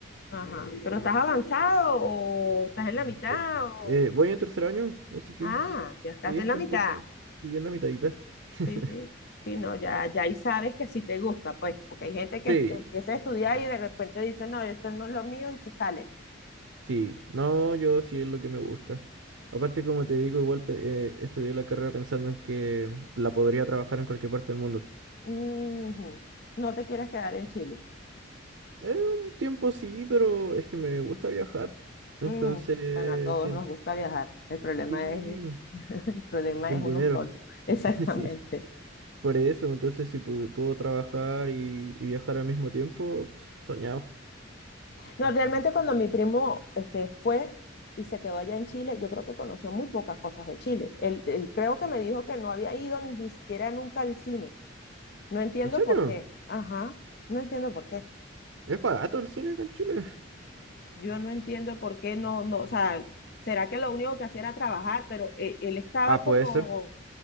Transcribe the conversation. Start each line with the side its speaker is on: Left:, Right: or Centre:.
Left: Ajá. ¿Pero estás avanzado o estás en la mitad?
Right: Eh,
Left: O...
Right: eh, voy en tercer año, así que
Left: Ah, ya estás
Right: sí, es
Left: en
Right: como
Left: la mitad.
Right: un poco, y en la mitadita. <laughs>
Left: Sí, sí, sí, no, ya, ya ahí sabes que sí te gusta, pues, porque hay gente que
Right: Sí,
Left: este, empieza a estudiar y de repente dice, no, esto no es lo mío y se sale.
Right: sí, no, yo sí es lo que me gusta. Aparte, como te digo, igual pe- eh, estudié la carrera pensando en que la podría trabajar en cualquier parte del mundo.
Left: Ujú. No te quieres quedar en Chile.
Right: Eh, un tiempo sí, pero es que me gusta viajar. Entonces,
Left: Mm, Bueno, a todos
Right: sí,
Left: nos gusta viajar. El problema
Right: sí,
Left: es, <laughs> el problema
Right: el
Left: es uno
Right: dinero,
Left: solo. <laughs> Exactamente.
Right: <laughs> sí, por eso. Entonces, si pu- puedo trabajar y, y viajar al mismo tiempo, pues, soñado.
Left: No, realmente cuando mi primo este, fue y se quedó allá en Chile, yo creo que conoció muy pocas cosas de Chile. Él, él creo que me dijo que no había ido ni, ni siquiera nunca al cine. No entiendo
Right: ¿En serio?
Left: por qué. Ajá, no entiendo por qué.
Right: ¿Es barato el cine acá en Chile? <laughs>
Left: yo no entiendo por qué no, no, o sea, será que lo único que hacía era trabajar, pero eh, él estaba
Right: Ah,
Left: como,
Right: puede ser.